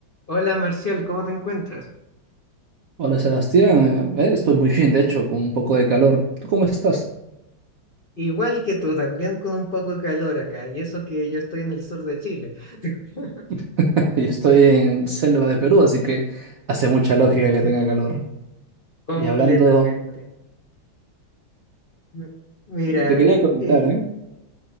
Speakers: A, on the left; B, on the right.
A: Hola Marcial, ¿cómo te encuentras?
B: Hola Sebastián, Eh, estoy muy bien, de hecho, con un poco de calor. ¿Tú cómo estás?
A: Igual que tú, también con un poco de calor acá, y eso que yo estoy en el sur de Chile, <laughs>
B: <laughs> Yo estoy en selva de Perú, así que hace mucha lógica que tenga calor.
A: completamente.
B: Y hablando,
A: M- Mira,
B: te quería comentar,
A: eh,
B: ¿eh?